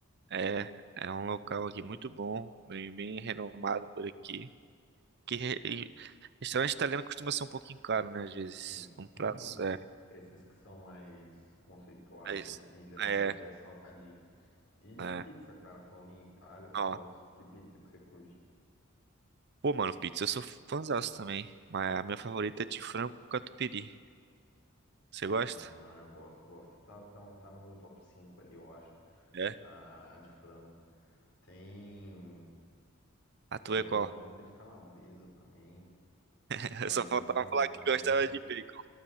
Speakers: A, on the right (about 50°); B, on the left (about 65°).
A: É, é um local aqui muito bom, bem, bem renomado por aqui. Que re- e restaurante italiano costuma ser um pouquinho caro, né? Às vezes.
B: Sim.
A: Um prato.
B: <laughs>
A: É,
B: Esses que são mais conceituados,
A: é isso.
B: assim, geralmente
A: É,
B: é salgadinho. E,
A: é.
B: e pizza, cara, falando em Itália e
A: Ó.
B: tal, que pizza que você curte?
A: Pô, mano, pizza eu sou fãzaço também. Mas a minha favorita é de frango com catupiry. Você gosta?
B: Ah, eu gosto, eu gosto. Tá, tá, tá no meu top 5 ali, eu acho.
A: É.
B: A, a de frango. Tem.
A: A tua
B: Pô, é que
A: é
B: eu
A: qual?
B: gosto muito de calabresa também.
A: <laughs>
B: Calabresa
A: Só faltava
B: com mussarela.
A: falar que gostava de bacon.